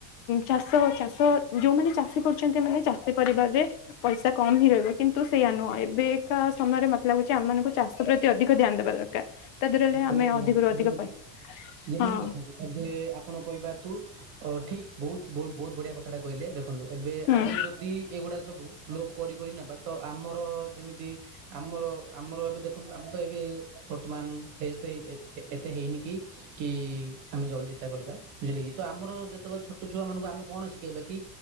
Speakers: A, on the left; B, on the right.
A: ଚାଷ ଚାଷ ଯୋଉମାନେ ଚାଷୀ କରୁଛନ୍ତି ଏ ମାନେ ଚାଷୀ ପରିବାରରେ ପଇସା କମ୍ ହିଁ ରହିବ କିନ୍ତୁ ନ୍ତୁ ସେଇୟା ନୁହଁ ଏବେକା ସମୟରେ ମତେ ଲାଗୁଛି ଆମ ମାନଙ୍କୁ ଚାଷ ପ୍ରତି ଅଧିକ ଧ୍ୟାନ ଦେବା ଦରକାର। ତା ଦେହରେ
B: <unintelligible>
A: ଆମେ
B: ଯେମୁ
A: ଅଧିକରୁ ଅଧିକ
B: ଯେମିତି
A: ପାଇ
B: ଯେମିତି
A: ହଁ।
B: ଦେଖନ୍ତୁ ଏବେରେ ଆପଣ କହିବା ତୁ ଅ ଠିକ୍ ବହୁତ ବହୁତ ବହୁତ ବଢିଆ କଥାଟା କହିଲେ ଦେଖନ୍ତୁ ଏବେ
A: ହୁଁ।
B: ଆମେ ଯଦି ଏଗୁଡା ସବୁ ଲୋପ କରି କରି ନେବା ତ ଆମର ଯେମିତି ଆମର ଆମର ଏବେ ଦେଖନ୍ତୁ ଆମର ତ ଏବେ ବର୍ତ୍ତମାନ ଏଜ୍ ତ ଏତେ ହେଇନି କି କି ଆମେ ଜଲ୍ଦି ତା କରିବା ବୁଝିଲେ କି, ତ ଆମର ଯେତେବେଳେ ଛୋଟ ଛୁଆ ମାନଙ୍କୁ ଆମେ କଣ ଶିଖେଇବା କି